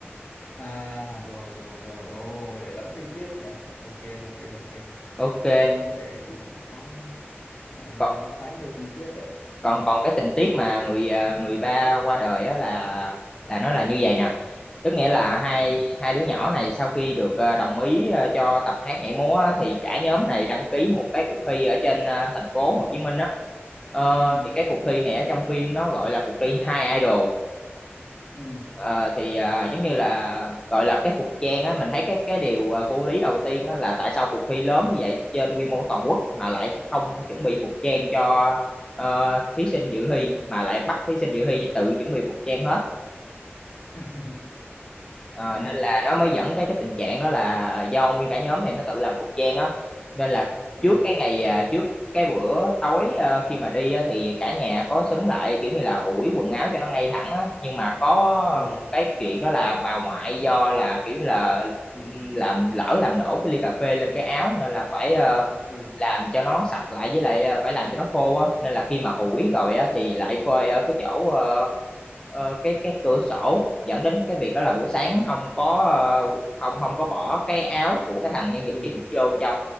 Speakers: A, on the left; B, on the left.
A: à rồi rồi rồi ô lại lắm tình tiết nhỉ ok ok ok
B: ok
A: nghe ông kể thì cũng có Ờ,
B: còn
A: khá nhiều tình tiết đấy ừ
B: còn còn cái tình tiết mà người ờ, người ba qua đời á là là nó là như vậy nè tức nghĩa là hai
A: ừ
B: hai đứa nhỏ này sau khi được ờ, đồng ý ờ, cho tập hát nhảy múa á, thì cả nhóm này đăng ký một cái cuộc thi ở trên ờ, thành phố Hồ Chí Minh á Ờ,
A: ừ
B: thì cái cuộc thi này ở trong phim nó gọi là cuộc thi Hai Idol
A: ừ
B: Ờ, thì à, giống như là gọi là cái phục trang á mình thấy cái cái điều à, vô lý đầu tiên á là tại sao cuộc thi lớn như vậy trên quy mô toàn quốc mà lại không chuẩn bị phục trang cho ờ, thí sinh dự thi mà lại bắt thí sinh dự thi tự chuẩn bị phục trang hết
A: <laughs>
B: Ờ,
A: à,
B: nên là nó mới dẫn tới cái tình trạng đó là do nguyên cả nhóm này nó tự làm phục trang á nên là
A: ừ
B: trước cái ngày à, trước cái bữa tối à, khi mà đi á, thì cả nhà có xúm lại kiểu như là ủi quần áo cho nó ngay thẳng á nhưng mà có
A: ừ
B: một cái chuyện đó là bà ngoại do là kiểu như là ừ, làm lỡ làm đổ cái ly cà phê lên cái áo nên là phải ờ,
A: ừ
B: làm cho nó sạch lại với lại ờ, phải làm cho nó khô á nên là khi mà ủi rồi á thì lại phơi ở cái chỗ ờ, ờ, cái cái cửa sổ dẫn đến cái việc đó là buổi sáng không có ờ, không không có bỏ cái áo của cái thằng nhân vật
A: ừ
B: chính vô cho